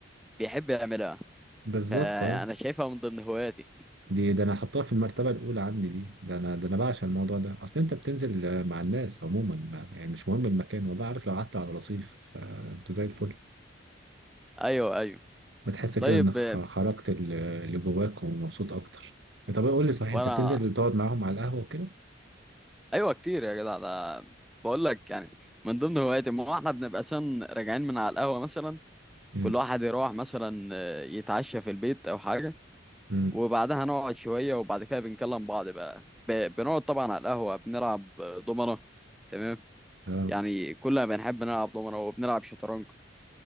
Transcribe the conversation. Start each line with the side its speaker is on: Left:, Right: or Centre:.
Centre: بيحب يعملها
Right: بالظبط
Centre: فانا
Right: اه
Centre: شايفها من ضمن هواياتي
Right: دي ده انا حطها في المرتبة الأولى عندي دي ده انا ده انا بعشق الموضوع ده اصل انت بتنزل آه، مع الناس عموما ما- يعني مش مهم المكان والله عارف لو قعدت على رصيف فانتوا زي الفل
Centre: ايوه ايوه
Right: بتحس كده
Centre: طيب
Right: انك خ-
Centre: آه،
Right: خرجت ال- اللي جواك ومبسوط اكتر طب قول لي صحيح
Centre: وانا
Right: انت بتنزل تقعد معاهم على القهوه وكده
Centre: ايوه كتير يا جدع ده بقول لك يعني من ضمن هواياتي ما هو احنا بنبقى سن راجعين من على القهوه مثلا
Right: امم
Centre: كل واحد يروح مثلا آه، يتعشى في البيت او حاجه
Right: امم
Centre: وبعدها نقعد شويه وبعد كده بنكلم بعض بقى ب- بنقعد طبعا على القهوه بنلعب آه، دومنه تمام
Right: اه
Centre: يعني كلنا بنحب نلعب دومنه وبنلعب شطرنج